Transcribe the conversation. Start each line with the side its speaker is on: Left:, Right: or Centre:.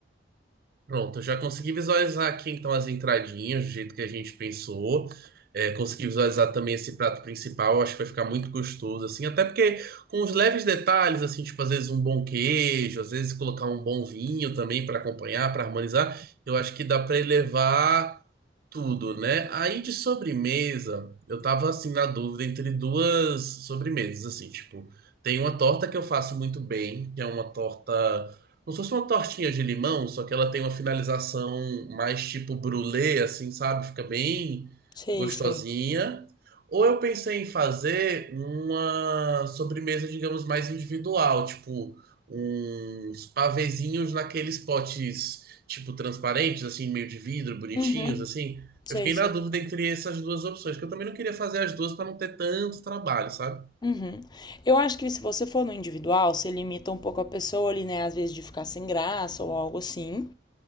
Right: Pronto, eu já consegui visualizar aqui então as entradinhas, do jeito que a gente pensou. É, consegui visualizar também esse prato principal, eu acho que vai ficar muito gostoso, assim, até porque com os leves detalhes, assim, tipo, às vezes um bom queijo, às vezes colocar um bom vinho também para acompanhar, para harmonizar, eu acho que dá para elevar tudo, né? Aí de sobremesa, eu tava assim na dúvida entre duas sobremesas, assim, tipo, tem uma torta que eu faço muito bem, que é uma torta, como se fosse uma tortinha de limão, só que ela tem uma finalização mais tipo brulê, assim, sabe? Fica bem
Left: Sei,
Right: gostosinha.
Left: sei.
Right: Ou eu pensei em fazer uma sobremesa, digamos, mais individual, tipo uns pavezinhos naqueles potes tipo transparentes, assim, meio de vidro, bonitinhos,
Left: Uhum,
Right: assim.
Left: sei,
Right: Eu fiquei
Left: sei.
Right: na dúvida entre essas duas opções, que eu também não queria fazer as duas para não ter tanto trabalho, sabe?
Left: Uhum. Eu acho que se você for no individual, você limita um pouco a pessoa ali, né? Às vezes de ficar sem graça ou algo assim.